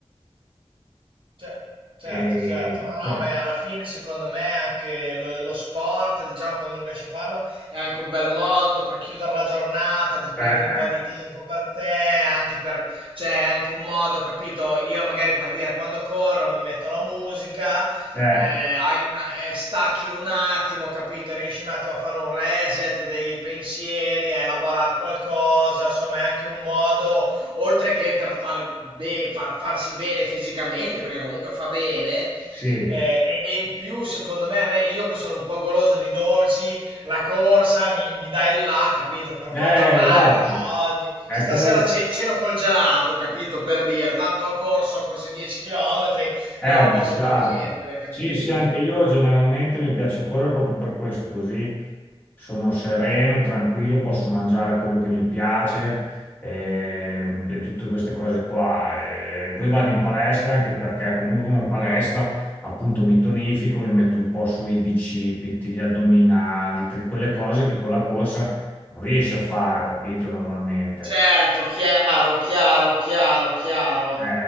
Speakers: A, on the right (about 55°); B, on the left (about 20°).
A: Ce- Certo,
B: e,
A: certo, no,
B: cioè,
A: no, beh, alla fine secondo me anche lo, lo sport, diciamo, quando non riesci a farlo, è anche un bel modo per chiudere la giornata, ti prendi
B: eh, eh,
A: un po' di tempo per te, anche per, cioè, è anche un modo, capito? Io magari per dire, quando corro mi metto la musica,
B: eh,
A: eh, hai una- eh, stacchi un attimo, capito? Riesci un attimo a fare un reset dei pensieri, a elaborare qualcosa, insomma, è anche un modo oltre che per far be- far- farsi bene fisicamente, perché comunque fa bene.
B: sì.
A: Eh, e, e in più, secondo me, a me- io che sono un po' goloso di dolci, la corsa mi, mi dà il là, capito? Per
B: Eh,
A: poi tornare
B: esatto,
A: e dire, "Ah, oggi,
B: è
A: stasera
B: quello,
A: ce- ceno col gelato, capito? Per dire, tanto ho corso, ho corso 10 km,
B: è
A: me
B: abbruciato.
A: lo posso permettere, capito?
B: Sì, sì, anche io generalmente mi piace correre proprio per questo, così sono sereno, tranquillo, posso mangiare quello che mi piace ehm, e, tutte queste cose qua. E poi vado in palestra anche perché comunque come palestra appunto mi tonifico, mi metto un po' sui bicipiti, gli addominali, tri- quelle cose che con la corsa non riesci a fare, capito, normalmente.
A: Certo, chiaro, chiaro, chiaro, chiaro.
B: Eh,